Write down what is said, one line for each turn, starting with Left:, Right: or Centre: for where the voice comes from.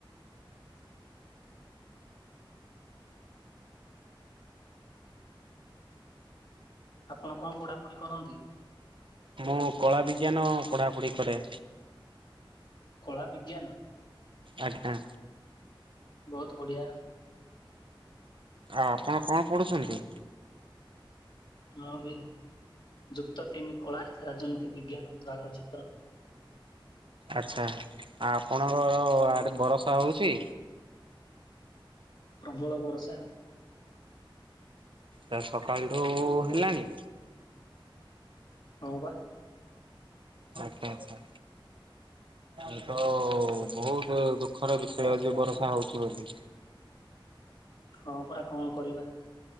Left: ଆପଣ କଣ ପୋଢ଼ାପଢ଼ି କରନ୍ତି?
Right: ମୁଁ କଳା ବିଜ୍ଞାନ ପଢା ପଢି କରେ।
Left: କଳା ବିଜ୍ଞାନ?
Right: ଆଜ୍ଞା।
Left: ବହୁତ ବଢ଼ିଆ।
Right: ଆଉ ଆପଣ କଣ ପଢ଼ୁଛନ୍ତି?
Left: ମୁଁ ବି ଯୁକ୍ତ ତିନି କଳା, ରାଜନୀତି ବିଜ୍ଞାନ ବିଭାଗର ଛାତ୍ର।
Right: ଆଚ୍ଛା। ଆପଣଙ୍କର ଆଡ଼େ ବରଷା ହେଉଛି?
Left: ପ୍ରବଳ ବରସା।
Right: ତ ସକାଳଠୁ ହେଲାଣି
Left: ହଁ ବା।
Right: ଆଚ୍ଛା ଆଚ୍ଛା। ଏ ତ ବହୁତ ଦୁଃଖର ବିଷୟ ଯେ ବର୍ଷା ହଉଛି ବୋଲି।
Left: ହଁ ପରା କଣ କରିବା?